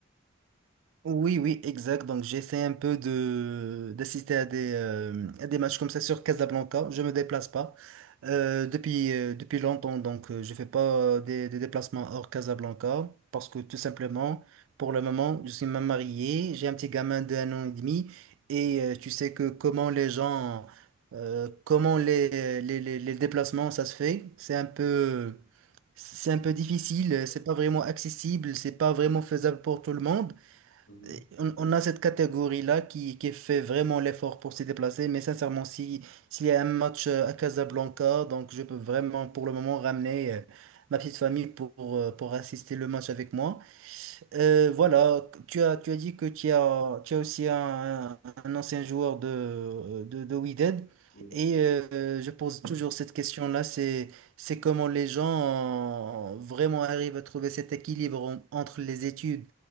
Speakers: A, on the right (about 70°); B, on the left (about 85°).
A: Oui, oui, exact. Donc, j'essaie un peu de d'assister à des, euh, à des matchs comme ça sur Casablanca. Je me déplace pas
B: Mhm,
A: euh, depuis, euh, depuis longtemps. Donc, euh, je fais pas des, des déplacements hors Casablanca parce que tout simplement, pour le moment, je suis même marié. J'ai un petit gamin de un an et demi. Et euh, tu sais que comment les gens, euh, comment les, les, les, les déplacements, ça se fait. C'est un peu, c'est un peu difficile. C'est pas vraiment accessible. C'est pas vraiment faisable pour tout le monde.
B: mhm,
A: Et On, on a cette catégorie-là qui, qui fait vraiment l'effort pour se déplacer, mais sincèrement, si, s'il y a un match euh, à Casablanca, donc je peux vraiment pour le moment ramener euh, ma petite famille pour, euh, pour assister le match avec moi. Euh, voilà, tu as, tu as dit que tu as, tu as aussi un, un ancien joueur de, de, de We Dead.
B: oui,
A: Et euh, je pose toujours cette question-là, c'est, c'est comment les gens euh, vraiment arrivent à trouver cet équilibre en- entre les études